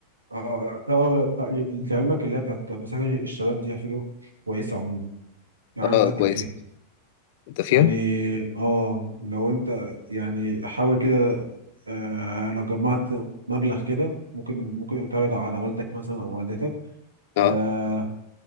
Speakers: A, on the right (about 80°); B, on the left (about 50°).
A: اه آه، لا، آه، لعلمك اللي هي بتاعت مساجد الشباب دي على فكرة كويسة عموما يعني
B: اه
A: أنا مقدم
B: كويس
A: فيها
B: انت فيها
A: يعني اه لو انت يعني حاول كده آه لو جمعت مبلغ كده ممكن ممكن تعرض على والدك مثلا او والدتك
B: اه
A: آه